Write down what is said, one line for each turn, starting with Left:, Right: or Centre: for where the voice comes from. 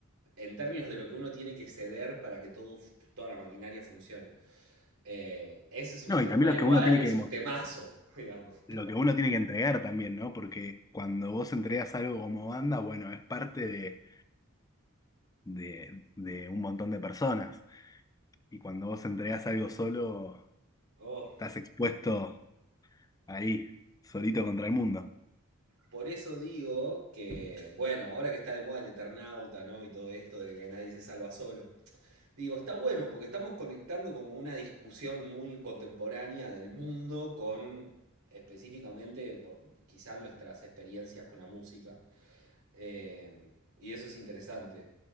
Right: En términos de lo que uno tiene que ceder para que todo, toda la maquinaria funcione. Eh, ese es un
Left: No,
Right: tema
Left: y también lo
Right: igual,
Left: que uno tiene
Right: es
Left: que demo-
Right: un temazo, <laughs> digamos.
Left: lo que uno tiene que entregar también, ¿no? Porque cuando vos entregas algo como banda, bueno, es parte de, de, de un montón de personas. Y cuando vos entregas algo solo,
Right: Oh,
Left: estás expuesto ahí, solito contra el mundo.
Right: Por eso digo que, bueno, ahora que está de moda el Eternauta, ¿no? Y todo esto de que nadie se salva solo. Digo, está bueno porque estamos conectando como una discusión muy contemporánea del mundo con específicamente por- quizá nuestras experiencias con la música. Eh, y eso es interesante.